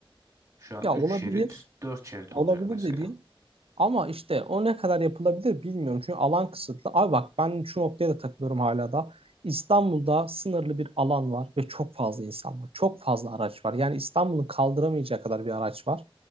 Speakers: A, on the right; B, on the right.
A: Şu an
B: Ya
A: 3
B: olabilir.
A: şerit, 4 şerit
B: Olabilir
A: olacak mesela.
B: dediğin. Ama işte o ne kadar yapılabilir bilmiyorum. Çünkü alan kısıtlı. Abi bak ben şu noktaya da takılıyorum hala da. İstanbul'da sınırlı bir alan var ve çok fazla insan var. Çok fazla araç var. Yani İstanbul'un kaldıramayacağı kadar bir araç var.